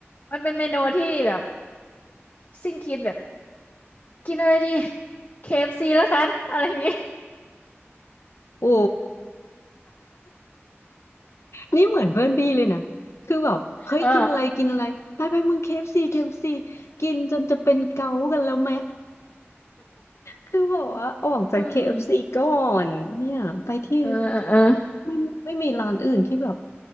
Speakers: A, on the left (about 45°); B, on the left (about 75°).
A: มันเป็นเมนูที่แบบสิ้นคิดแบบกินอะไรดีเคเอฟซีแล้วกันอะไรอย่างงี้
B: โอ้ <laughs> นี่เหมือนเพื่อนพี่เลยนะคือแบบเฮ้ยกินอะไรกินอะไรไปไปมึง
A: เออ
B: k เ c ฟซีเคเอฟซีกินจนจะเป็นเกากันแล้วไหม คือแบบว่าออกจาก
A: อืม
B: KFC ก่อนเนี่ยไปที่
A: เออเออเออ
B: ไม่ไม่มีร้านอื่นที่แบบ